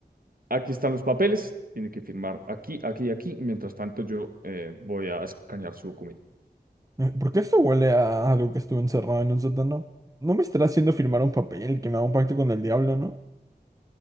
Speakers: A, on the right (about 60°); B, on the right (about 20°).
A: Aquí están los papeles, tiene que firmar aquí, aquí, y aquí. Mientras tanto, yo eh, voy a escanear su documento.
B: Eh, ¿Por qué esto huele a algo que estuve encerrado en un sótano? No me estará haciendo firmar un papel que me haga un pacto con el diablo, ¿no?